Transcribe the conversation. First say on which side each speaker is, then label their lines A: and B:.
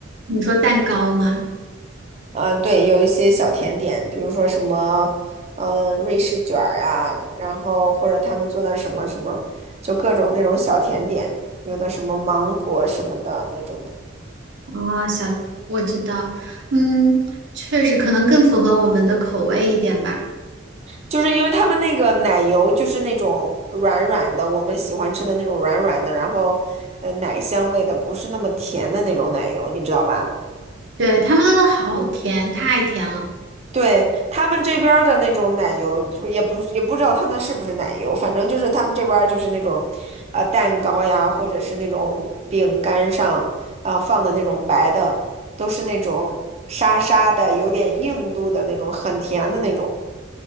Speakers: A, on the right; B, on the right.
A: 你说蛋糕吗？
B: 嗯、呃对，有一些小甜点，比如说什么，嗯、瑞士卷儿啊，然后或者他们做的什么什么，就各种那种小甜点，有的什么芒果什么的那种的，
A: 哦，小，我知道，嗯，确实可能更符合我们的口味一点吧。
B: 就是因为他们那个奶油就是那种软软的，我们喜欢吃的那种软软的，然后呃奶香味的，不是那么甜的那种奶油，你知道吧？
A: 对，他们那都好甜，太甜了
B: 对，他们这边儿的那种奶油，就也不也不知道他那是不是奶油，反正就是他们这边儿就是那种，呃，蛋糕呀，或者是那种饼干上啊、放的那种白的，都是那种沙沙的，有点硬度的那种，很甜的那种，